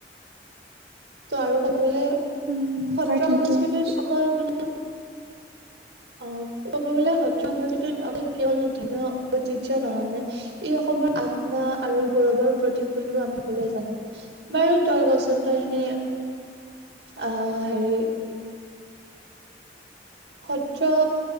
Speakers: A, on the right; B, on the right.
A: ত' আৰু ক'ব গ'লে
B: উম,
A: সত্ৰ
B: তই ঠিকেই
A: সংস্কৃতিত
B: কৈছ।
A: অকল মানে অ', ক'ব গ'লে সত্ৰ সংস্কৃতি অকল কেৱল ধৰ্মীয় ঐতিহ্য নহয়, মানে ই অসমৰ আত্মা আৰু গৌৰৱৰ প্ৰতীক বুলিও আমি সকলোৱে জানো। বাৰু তই কচোন তই এনেই আহ হেৰি সত্ৰ